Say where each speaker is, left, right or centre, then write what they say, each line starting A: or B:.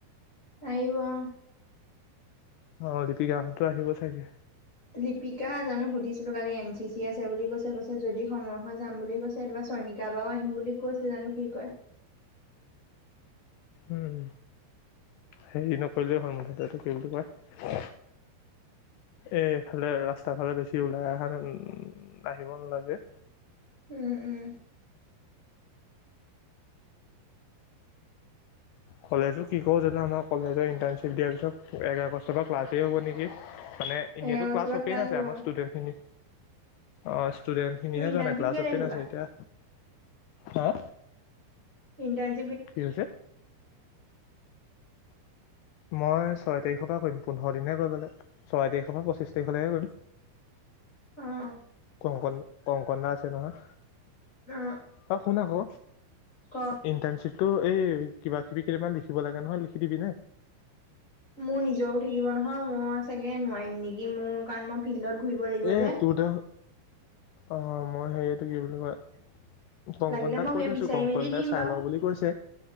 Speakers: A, on the left; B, on the left.
A: আহিব অ
B: অ দীপিকাহঁতো আহিব চাগে।
A: লিপিকা জানো সুধিছিলো কালি এন চি চি আছে বুলি কৈছে। কৈছে যদি সময় হৈ যাম বুলি কৈছে। এই চইনিকা বাও আহিম বুলি কৈছে জানো কি কয়।
B: উম। হেৰি নকৰিলেই হ'ল মুঠতে, এটো কি বুলি কয়? এফালে ৰাস্তা ফালে বেছি ওলাই আহা আহিব নালাগে।
A: উম, উম।
B: কলেজো কি কৰো জানো। আমাৰ কলেজৰ ইণ্টাৰ্ণশ্বিপ দিয়াৰ পিছত এক আগষ্টৰ পৰা ক্লাছেই হ'ব নেকি? মানে এনেতো
A: এঘাৰ আগষ্টৰ
B: ক্লাছ
A: পৰা
B: অপেইন আছে
A: হ'ব
B: আমাৰ ষ্টুডেন্ট খিনি। অ ষ্টুডেণ্টখিনিহে
A: তোৰ ইণ্টাৰ্ণশ্বিপ
B: যোৱা নাই। ক্লাছ
A: কেই তাৰিখৰ
B: অপেন আছে
A: পৰা
B: এতিয়া। হা?
A: ইণ্টাৰন
B: কি হৈছে? মই চয় তাৰিখৰ পৰা কৰিম। পোন্ধৰ দিনহে কৰিব লাগে। ছয় তাৰিখৰ পৰা পঁচিছ তাৰিখলৈহে কৰিম।
A: উম।
B: কংকন। কংকনা আছে নহয়,
A: অ অ
B: অ শুন আকৌ
A: ক
B: ইন্টানশ্বিপ তো এই কিবা কিবি কেইটামান লিখিব লাগে নহয়। লিখি দিবি নে?
A: মোৰ নিজৰো থাকিব নহয়, মই চাগে নোৱাৰিম নেকি? মোৰ কাৰণ মই ফিল্ডত ঘূৰিব লাগিব
B: এ
A: যে
B: তোৰতে, অ মই হেৰিটো কি বুলি কয়? কংকন
A: লাগিলে
B: দাক
A: মই
B: কৈ থৈছো,
A: বিচাৰি
B: কংকন
A: মেলি দিম
B: দাই চাই
A: বাৰু
B: লওঁ বুলি কৈছে,